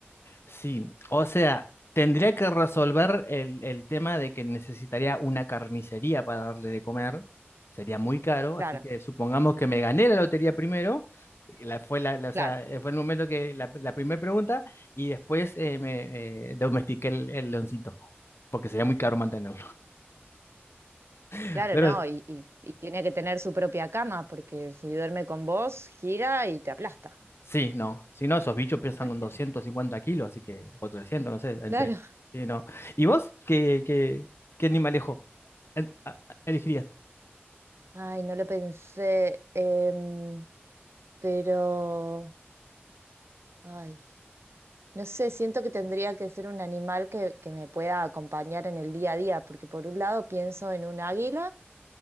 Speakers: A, on the left; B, on the right.
A: Sí, o sea, tendría que resolver el, el tema de que necesitaría una carnicería para darle de comer. Sería muy caro,
B: Claro,
A: así que supongamos que me gané la lotería primero. y La, fue, la, la- o
B: claro,
A: sea, eh, fue el momento que la, la primera pregunta y después eh, me eh, domestiqué el, el leoncito, porque sería muy caro mantenerlo. <laughs>
B: claro,
A: Pero
B: no, y, y, y tiene que tener su propia cama, porque si duerme con vos, gira y te aplasta.
A: sí, no, si no, esos bichos pesan
B: <laughs>
A: con 250 kilos, así que, o 300, no sé, entre,
B: Claro.
A: sí, no. ¿Y vos qué, qué, qué animalejo eh, a- elegirías?
B: Ay, no lo pensé, em, pero, ay, no sé, siento que tendría que ser un animal que, que me pueda acompañar en el día a día, porque por un lado pienso en un águila,